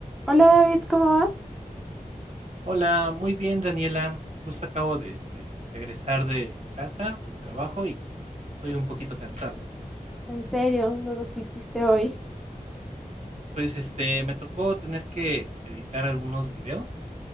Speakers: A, in the centre; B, on the right.
A: Hola David, ¿cómo vas?
B: Hola, muy bien, Daniela. Justo acabo de este regresar de casa, del trabajo y estoy un poquito cansado.
A: En serio, luego que hiciste hoy.
B: Pues este, me tocó tener que editar algunos videos